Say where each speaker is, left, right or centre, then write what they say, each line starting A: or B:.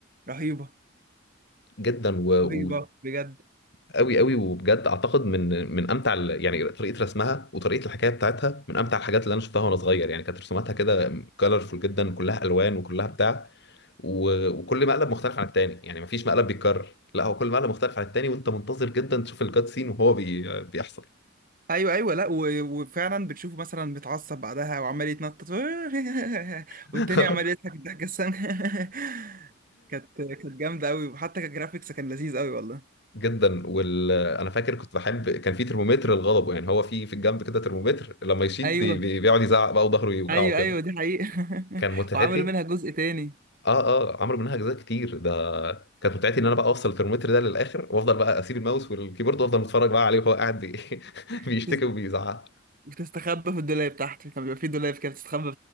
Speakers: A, on the right; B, on the left.
A: رهيبة
B: جدا و...
A: رهيبة بجد
B: قوي قوي وبجد اعتقد من من امتع ال- يعني طريقه رسمها وطريقه الحكايه بتاعتها من امتع الحاجات اللي انا شفتها وانا صغير يعني كانت رسوماتها كده كلرفول جدا كلها الوان وكلها بتاع و- وكل مقلب مختلف عن التاني يعني مفيش مقلب بيتكرر لا هو كل مقلب مختلف عن التاني وانت منتظر جدا تشوف الكات سين وهو بي... بيحصل
A: ايوه ايوه لا و- وفعلا بتشوفه مثلا متعصب بعدها وعمال يتنطط <laughs>
B: <laughs>
A: والتاني عمال يضحك الضحكه السامه <laughs> كانت كانت جامده قوي وحتى كجرافيكس كان لذيذ قوي والله
B: جدا وال انا فاكر كنت بحب كان في ترمومتر للغضب يعني هو في في الجنب كده ترمومتر لما يشيط
A: ايوه
B: بي... بي... بيقعد يزعق بقى وظهره يوجعه
A: ايوه
B: كده
A: ايوه دي حقيقه <laughs>
B: كان متعتي
A: وعملوا منها جزء تاني
B: اه اه عمرو منها اجزاء كتير ده كانت متعتي ان انا بقى اوصل الترمومتر ده للاخر وافضل بقى اسيب الماوس والكيبورد وافضل متفرج بقى عليه وهو قاعد بي... <laughs> بيشتكي
A: بتس-
B: وبيزعق
A: بتستخبى في الدولاب تحت كان بيبقى فيه دولاب كده بتستخبى